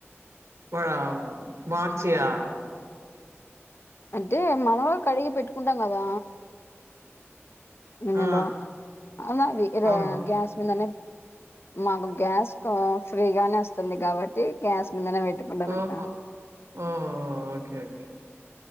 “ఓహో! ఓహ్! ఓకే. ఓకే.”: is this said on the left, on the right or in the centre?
Right